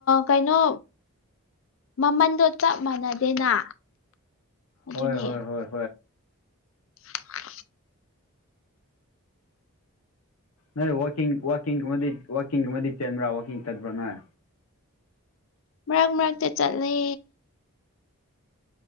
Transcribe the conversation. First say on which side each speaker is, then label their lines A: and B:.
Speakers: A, on the left; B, on the left.
A: ꯀꯩꯅꯣ ꯃꯃꯟꯗꯣ ꯆꯞ ꯃꯥꯟꯅꯗꯦꯅ ꯑꯗꯨꯅꯤ
B: ꯍꯣꯏ ꯍꯣꯏ ꯍꯣꯏ
A: <unintelligible>
B: ꯅꯣꯏ ꯋꯥꯀꯤꯡ ꯋꯥꯀꯤꯡꯒꯨꯝꯕꯗꯤ ꯋꯥꯀꯤꯡꯒꯨꯝꯕꯗꯤ ꯆꯦꯟꯕ꯭ꯔꯥ ꯋꯥꯋꯀꯤꯡ ꯆꯠ꯭ꯔꯥ ꯅꯣꯏ
A: ꯃꯔꯛ ꯃꯔꯛꯇ ꯆꯠꯂꯦ